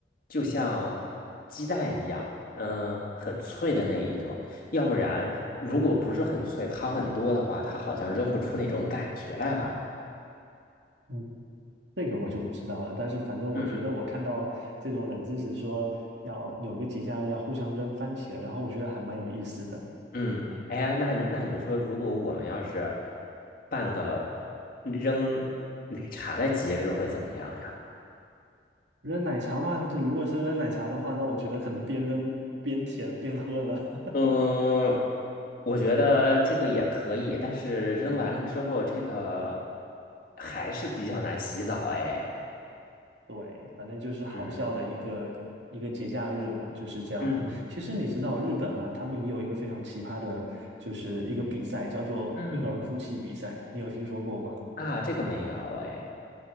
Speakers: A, on the left; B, on the right.
A: 就像鸡蛋一样，嗯，很脆的那一种。要不然，如果不是很脆，汤很多的话，它好像扔不出那种感觉来吧？
B: 嗯，这个我就不知道了，但是反正我觉得我看到这种冷知识说要有个节假日要互相扔番茄，
A: 嗯，
B: 然后我觉得还蛮有意思的。
A: 嗯，哎呀，那那你说，如果我们要是办个扔奶茶的节日会怎么样呀？
B: 扔奶茶嘛，这如果是扔奶茶的话，那我觉得可能边扔边舔边喝了。
A: 嗯，我觉得这个也可以，但是扔完了之后，这个还是比较难洗澡哎。
B: 对，反正就是好笑的一个一个节假日嘛，
A: 嗯
B: 就是这样的。
A: 嗯
B: 其实你知道日本啊，他们也有一个非常奇葩的，就是一个比赛，叫做婴儿哭泣比赛，
A: 嗯，
B: 你有听说过吗？
A: 啊，这个没有哎，